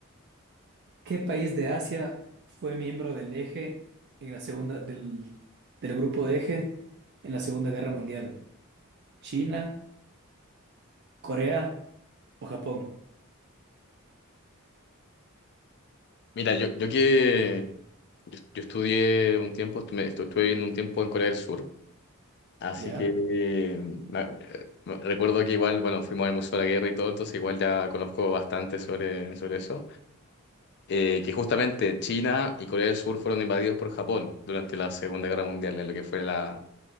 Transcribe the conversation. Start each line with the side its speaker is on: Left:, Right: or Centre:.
Right: ¿Qué país de Asia fue miembro del eje en la segunda del, del grupo de eje en la Segunda Guerra Mundial? ¿China, Corea o Japón?
Left: Mira, yo, yo que... Yo, yo estudié un tiempo, estu- me- estu- estuve viviendo un tiempo en Corea del Sur Así
Right: ¿Ya?
Left: que eh, me- me- recuerdo que igual, bueno, fuimos al Museo de la Guerra y todo, entonces igual ya conozco bastante sobre, sobre eso. Eh, que justamente China y Corea del Sur fueron invadidos por Japón durante la Segunda Guerra Mundial, en lo que fue la,